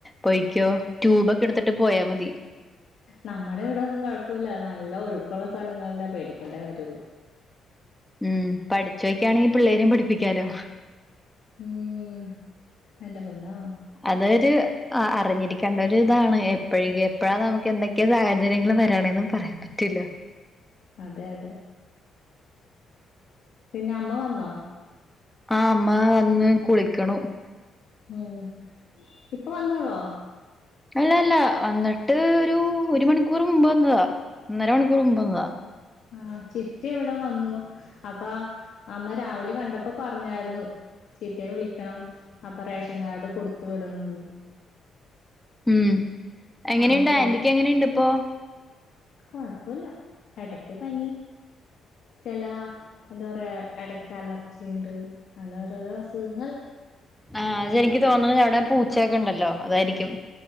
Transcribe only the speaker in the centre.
പോയിക്കോ ട്യൂബ് ഒക്കെ എടുത്തിട്ട് പോയാ മതി
മം പഠിച്ചു വയ്ക്കായാണെങ്കിൽ പിള്ളേരെയും പഠിപ്പിക്കാലോ
അതൊരു ആഹ് അർഞ്ഞിരിക്കേണ്ട ഒരു ഇതാണ് എപ്പഴെങ്കും എപ്പഴാ നമുക്ക് എന്തൊക്കെ സാഹചര്യങ്ങൾ വരാണേന്ന് പറയാം പറ്റില്ല
ആഹ് അമ്മ വന്ന് കുളിക്കണു
അല്ല അല്ല വന്നിട്ട് ഒരൂ ഒരു മണിക്കൂർ മുമ്പ് വന്നതാ ഒന്നര മണിക്കൂറ് മുമ്പ് വന്നതാ
ഉം എങ്ങനെയിണ്ട്
ആന്റിക്ക് എങ്ങനെയിണ്ട് ഇപ്പോ
ആഹ് അതെനിക്ക് തോന്നുണ് അവ്ടെ പൂച്ചയ്ക്കെ ണ്ടല്ലോ അതായിരിക്കും